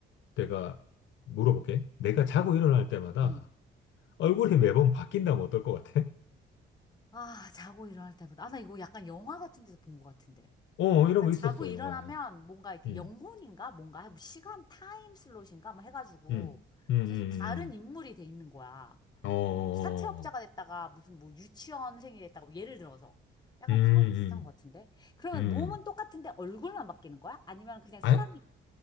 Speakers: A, on the left; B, on the left.
A: 내가 물어볼게. 내가
B: 응,
A: 자고
B: 재밌겠다.
A: 일어날 때마다
B: 응.
A: 얼굴이 매번 바뀐다면 어떨 것 같아?
B: 아, 자고 일어날 때보다. 아, 나 이거 약간 영화 같은 데서 본 것 같은데.
A: <laughs> 어, 이런
B: 나
A: 거
B: 자고
A: 있었어,
B: 일어나면
A: 영화야.
B: 뭔가 이렇게
A: 응,
B: 영혼인가? 뭔가 뭐 시간 타임 슬롯인가? 뭐 해가지고
A: 응, 응, 응,
B: 계속 다른
A: 응.
B: 인물이 돼 있는 거야.
A: 응.
B: 뭐
A: 어, 어, 어,
B: 사채업자가
A: 어.
B: 됐다가 무슨 뭐 유치원생이 됐다가 뭐 예를 들어서. 약간
A: 음,
B: 그거랑 비슷한 것 같은데? 그러면
A: 음, 음.
B: 몸은 똑같은데 얼굴만 바뀌는 거야? 아니면 그냥
A: 아,
B: 사람이,